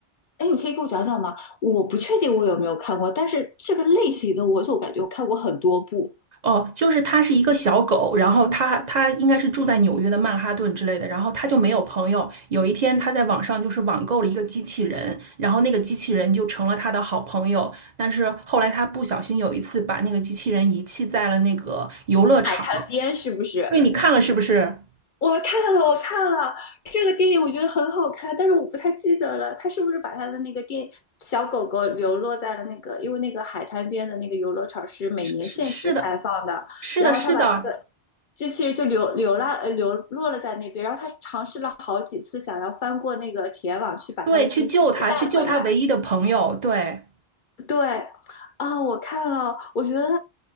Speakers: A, on the left; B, on the right.
A: 哎，你可以给我讲讲吗？我不确定我有没有看过，但是这个类型的我总感觉我看过很多部。
B: 哦，就是它是一个小狗，然后它它应该是住在纽约的曼哈顿之类的，然后它就没有朋友。有一天，它在网上就是网购了一个机器人，然后那个机器人就成了它的好朋友。但是后来它不小心有一次把那个机器人遗弃在了那个游乐场。
A: 改编是不是？
B: 对，你看了是不是？
A: 我看了，我看了这个电影，我觉得很好看，但是我不太记得了，他是不是把他的那个电小狗狗流落在了那个，因为那个海滩边的那个游乐场是每年限时开放的，
B: 是是是的，是的，
A: 然后他把那个
B: 是的，
A: 机器人就流流浪呃流落了在那边，然后他尝试了好几次想要翻过那个铁网去把他的机器人带回来，
B: 对，去救它，去救它唯一的朋友，对。
A: 对，啊，我看了，我觉得